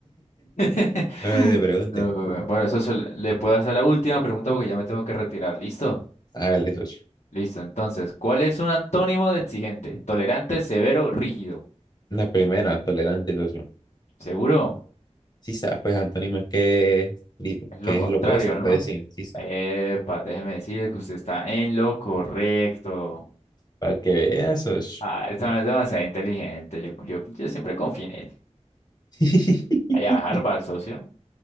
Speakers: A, on the left; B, on the left.
A: <laughs>
B: No te pregunte.
A: No, bueno, eso se le le puedo hacer la última pregunta porque ya me tengo que retirar. ¿Listo?
B: Hágale, socio.
A: Listo. Entonces, ¿cuál es un antónimo de exigente? Tolerante, severo, rígido.
B: La primera, tolerante, socio.
A: ¿Seguro?
B: Sí sabe, pues antónimo es que,
A: Es lo
B: que
A: contrario,
B: es lo opuesto, entonces
A: ¿no?
B: sí, sí sabe.
A: Epa, déjeme decirle que usted está en lo correcto.
B: Para que veas, socio.
A: Ah, esta man es demasiado inteligente. Yo, yo, yo siempre confío en él.
B: <laughs>
A: Vaya a Harvard, socio.